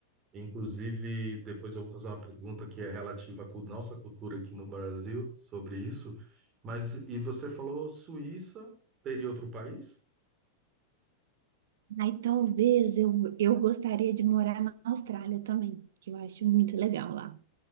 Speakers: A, on the right (about 30°); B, on the right (about 60°).
A: Inclusive, depois eu vou fazer uma pergunta que é relativa à cu- nossa cultura aqui no Brasil sobre isso. Mas, e você falou Suíça, teria outro país?
B: Aí talvez eu, eu gostaria de morar na Austrália também, que eu acho muito legal lá.